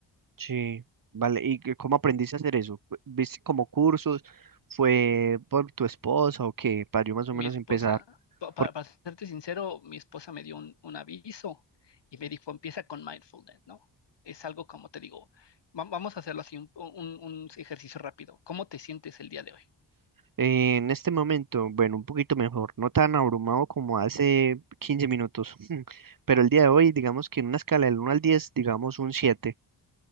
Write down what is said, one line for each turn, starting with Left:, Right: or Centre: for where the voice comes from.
Right: sí, vale. ¿Y qué- cómo aprendiste a hacer eso? Fu- ¿Viste como cursos? ¿Fue por tu esposa o qué? Para yo más
Left: Mi
Right: o menos
Left: esposa,
Right: empezar.
Left: pa- pa-
Right: Por...
Left: para, serte sincero, mi esposa me dio un, un aviso y me dijo, empieza con mindfulness, ¿no? Es algo como te digo, va- vamos a hacerlo así, un, un- un ejercicio rápido. ¿Cómo te sientes el día de hoy?
Right: Eh, en este momento, bueno, un poquito mejor, no tan abrumado como hace 15 minutos, <laughs> pero el día de hoy, digamos que en una escala del uno al 10, digamos un siete.